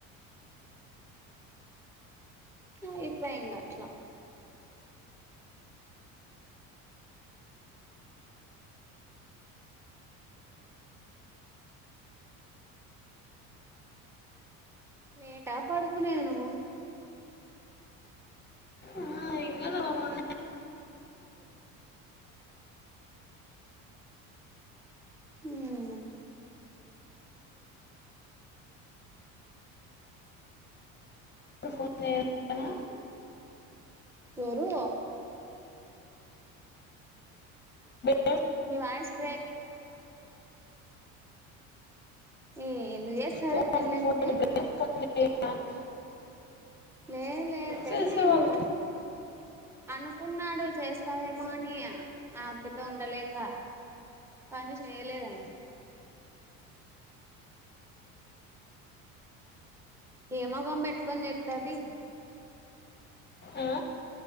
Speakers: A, in the centre; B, on the left.
A: అయిపోయింది అట్లా మేటా పడుకున్నాను
B: ఆ ఇంకా దా పోపుండే
A: మ్
B: ఎం ఇస్తానో
A: ఎవరు
B: ప <unintelligible>
A: నీ వాయిస్ బ్రేక్ ఏంది చేస్తదే
B: ఫోన్
A: పెళ్ళయింటే
B: ఫో <unintelligible> <unintelligible>
A: లేదు లేదు పెళ్ళయిందిగా
B: చేసేవాళ్ళు
A: అనుకున్నాడు చేస్త <inaudible> అని ఆఅక్క తో ఉండలేక పని చెయలేదైనా ఏ మొగం పెట్టుకొని చెప్తది
B: ఆ